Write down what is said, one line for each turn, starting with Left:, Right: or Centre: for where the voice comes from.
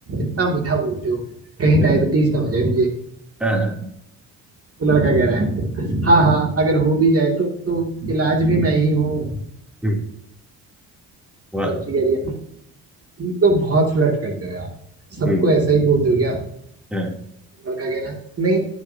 Right: इतना मीठा बोलते हो कहीं
Centre: हाँ
Right: डायबिटीज
Centre: हाँ,
Right: ना हो जाए मुझे
Centre: हाँ, हाँ,
Right: वो लड़का कह रहा है हाँ हाँ अगर हो भी जाए तो, तो इलाज भी मैं ही हूँ
Centre: हम्म, वाह
Right: लड़की कह रही है तुम तो बहुत फ्लर्ट करते हो यार सबको
Centre: हम्म,
Right: ऐसा ही बोलते हो क्या
Centre: हाँ
Right: लड़का कह रहा है नहीं